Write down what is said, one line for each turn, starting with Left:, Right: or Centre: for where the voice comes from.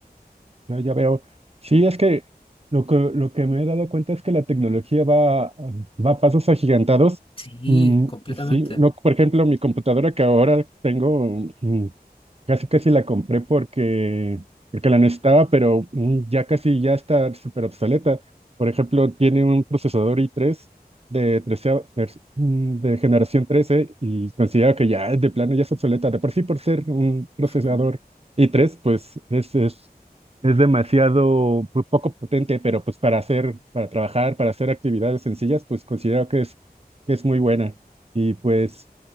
Right: No, ya veo. Sí, es que lo que, lo que me he dado cuenta es que la tecnología va, a- va a pasos agigantados.
Left: Sí,
Right: Mm,
Left: completamente.
Right: sí, no, por ejemplo, mi computadora que ahora tengo, mm, Casi casi la compré porque, porque la necesitaba, pero mm, ya casi ya está súper obsoleta. Por ejemplo, tiene un procesador i3 de, trece vers- mm, de generación 13 y considero que ya de plano ya es obsoleta. De por sí, por ser un procesador
Left: Mm,
Right: i3, pues es, es, es demasiado po- poco potente, pero pues para hacer, para trabajar, para hacer actividades sencillas, pues considero que es, que es muy buena. Y pues...